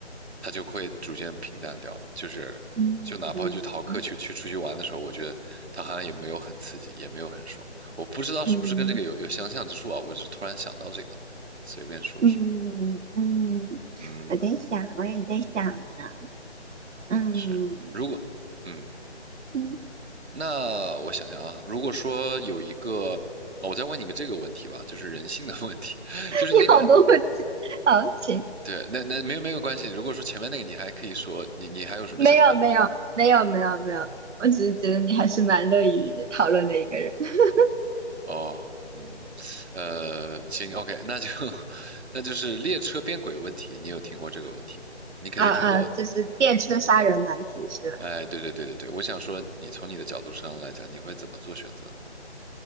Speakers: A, on the right; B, on the right.
A: 他就会逐渐平淡掉了，就是就哪怕就逃课去去出去玩的时候，
B: 嗯
A: 我觉得他好像也没有很刺激，也没有很爽，我不知道是不是跟这个有有相像之处啊，
B: 嗯
A: 我只是突然想到这个了随便说说。
B: 嗯嗯，
A: 嗯，
B: 我在想，我也在想呢。嗯
A: 是。如果，嗯，
B: 嗯，
A: 那我想想啊，如果说有一个，哦我再问你个这个问题吧，就是人性的问题，<laughs>
B: <laughs>
A: 就是那个，
B: 你好多问题，好，请。
A: 对，那那没有没有关系。如果说前面那个你还可以说，你你还有什么想法吗？
B: <laughs> 没有没有没有没有没有没有，我只是觉得你还是蛮乐于讨论的一个人。<laughs>
A: 哦，嗯，呃，行，OK，那就 <laughs> 那就是列车变轨问题，你有听过这个问题吗？你肯定听过。
B: 啊啊，就是电车杀人难题是吧？
A: 哎，对对对对对，我想说，你从你的角度上来讲，你会怎么做选择呢？